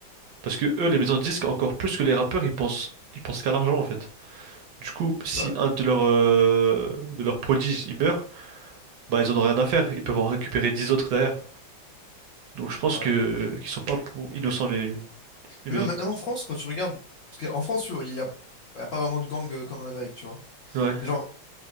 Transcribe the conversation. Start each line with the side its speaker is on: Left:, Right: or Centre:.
Right: Parce que eux les maisons de disques encore plus que les rappeurs ils pensent ils pensent qu'à l'argent en fait. Du coup si
Left: Ouais.
Right: un de leurs euh, de leurs prodiges il meurt, bah ils en ont rien à faire. Ils peuvent en récupérer 10 autres derrière. Donc je pense
Left: Ouais.
Right: que qu'ils sont pas pour innocents les, les
Left: Mais
Right: maisons
Left: même,
Right: de disques.
Left: même en France, quand tu regardes. Parce qu'en France, tu vois, il y a, il y a pas vraiment de gang euh, comme en Amérique, tu vois.
Right: Ouais,
Left: Mais genre,